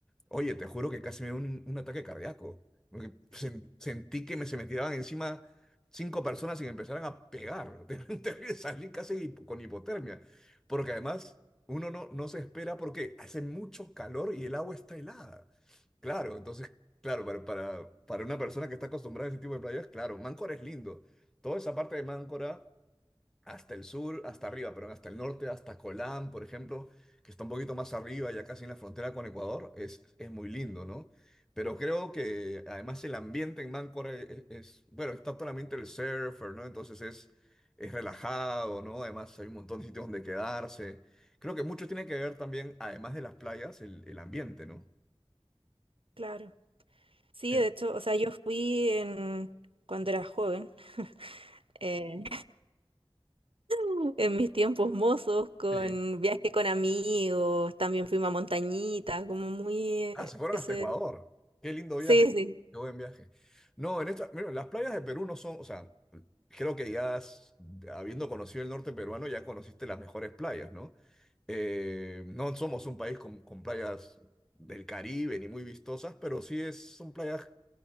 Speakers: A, in the centre; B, on the right (about 65°).
A: Oye, te juro que casi me dio un, un ataque cardíaco. Porque sen- sentí que me, se me tiraban encima cinco personas y me empezaran a pegar. <laughs> Terrible, Salí casi hip- con hipotermia. Porque además uno no, no se espera porque hace mucho calor y el agua está helada. Claro, entonces, claro, para, para, para una persona que está acostumbrada a ese tipo de playas, claro, Máncora es lindo. Toda esa parte de Máncora hasta el sur, hasta arriba, perdón, hasta el norte, hasta Colán, por ejemplo, que está un poquito más arriba, ya casi en la frontera con Ecuador, es, es muy lindo, ¿no? Pero creo que además el ambiente en Máncora es, es- bueno, está todo el ambiente del surfer, ¿no? Entonces es, es relajado, ¿no? Además hay un montón de sitios donde quedarse. Creo que mucho tiene que ver también, además de las playas, el, el ambiente, ¿no?
B: Claro. Sí,
A: En-
B: de hecho, o sea, yo fui en cuando era joven, eh, <laughs> en mis tiempos mozos, con
A: Sí.
B: viaje con amigos, también fuimos a montañitas, como muy
A: Ah,
B: eh,
A: se fueron
B: ese.
A: hasta Ecuador. Qué lindo
B: Sí,
A: viaje.
B: sí.
A: Qué buen viaje. No, en esta, mira, las playas de Perú no son, o sea, creo que ya has- habiendo conocido el norte peruano, ya conociste las mejores playas, ¿no? Eh, no somos un país con, con playas del Caribe ni muy vistosas, pero sí es, son playas